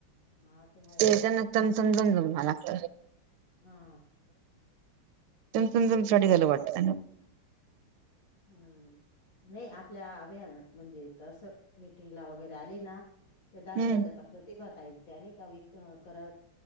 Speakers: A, on the left (about 65°); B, on the right (about 80°).
A: हा आहे
B: ते
A: बाई.
B: त्यांना तमतमतम जम मला लागतं
A: हा
B: चमचम जमसाठी
A: हा
B: झालं वाटतं त्यांना
A: हा नाही आपल्या अभियानात म्हणजे तस मीटिंगला वगैरे आले ना ते दाखवायचे
B: हम्म
A: आता प्रतिभा ताईन ते आणि का व करत